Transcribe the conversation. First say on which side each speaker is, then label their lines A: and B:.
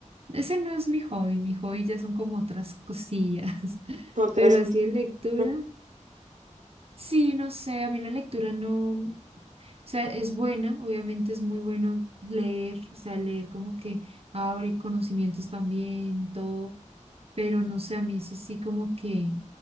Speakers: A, on the right (about 50°); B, on the right (about 75°).
A: ese no es mi hobby, mi hobby ya son como otras cosillas, <laughs>
B: Otras
A: pero
B: cositas.
A: así de lectura,
B: <laughs>
A: sí, no sé, a mí la lectura no, o sea, es buena, obviamente es muy bueno leer, o sea, leer como que abre conocimientos también, todo pero no sé, a mí eso sí como que